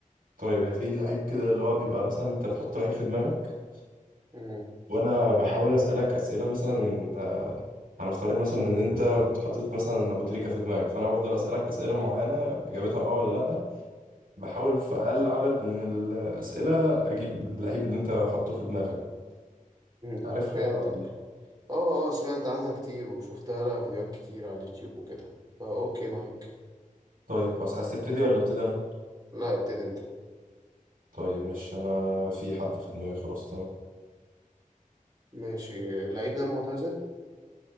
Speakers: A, on the right (about 80°); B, on the right (about 30°).
A: طيب هي في لعيب كده اللي هو بيبقى مثلا انت بتحط لعيب في دماغك
B: مم.
A: وانا بحاول اسالك اسئله مثلا آه، هنفترض مثلا ان انت بتحط مثلا ابو تريكه في دماغك فانا بفضل اسالك اسئله معينه اجابتها اه ولا لا بحاول في اقل عدد من الاسئله اجيب اللعيب اللي انت حاطه في دماغك ده
B: مم.
A: عارفها
B: فهمتك
A: ولا لا
B: اه اه سمعت عنها كتير وشفتها لها فيديوهات كتير على اليوتيوب وكده فا اوكي معاك
A: طيب خلاص عايز تبتدي ولا ابتدي انا
B: لا ابتدي انت
A: طيب مش انا في حد في دماغي خلاص تمام
B: ماشي اللعيب ده معتزل